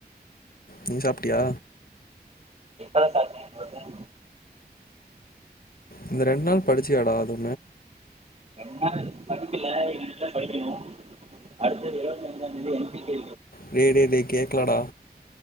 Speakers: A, on the left (about 60°); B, on the right (about 40°).
A: நீ சாப்ட்டியா
B: <unintelligible>
A: இந்த ரெண்டு நாள் படிச்சியாடா அது
B: என்ன படிக்கல இனிமேல்தா அடுத்தது இருபத்தஜ்ஜா தேதி எம் பி கே
A: டேய்டேய் டே கேக்கலடா